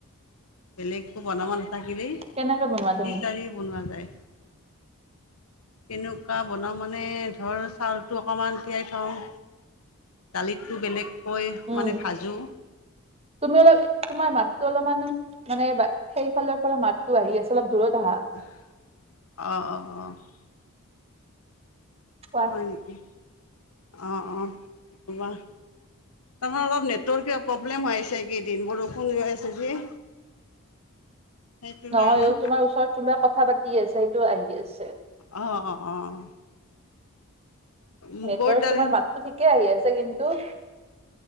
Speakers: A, on the left; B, on the right.
A: বেলেগ একো বনাব নাথাকিলেই
B: কেনেকে বনোৱা তুমি
A: খিছাৰি বনোৱা যায়। কেনেকুৱা বনাওঁ মানে ধৰ চাউলটো অকমান তিয়াই থওঁ। দালিতটো বেলেগকৈ
B: উম
A: মানে ভাজোঁ।
B: তুমি অলপ তোমাৰ মাতটো অলপমান মানে সেইফালৰ পৰা মাতটো আহি আছে, অলপ দূৰত আহা।
A: অ', অ', অ'।
B: কোৱা
A: হয় নেকি? অ', অ' <unintelligible> তাৰমানে অলপ নেটৱৰ্ক প্ৰব্লেম হৈ আছে কেইদিন, বৰষুণ হৈ আছে যে। সেইটো
B: নহয়
A: কাৰণে
B: অ' তোমাৰ ওচৰত কোনোবা কথা পাতি আছে, সেইটো আহি আছে।
A: অ', অ', অ'। মুগৰ
B: নেটৰ,
A: দালি
B: তোমাৰ মাতটো ঠিকে আহি আছে কিন্তু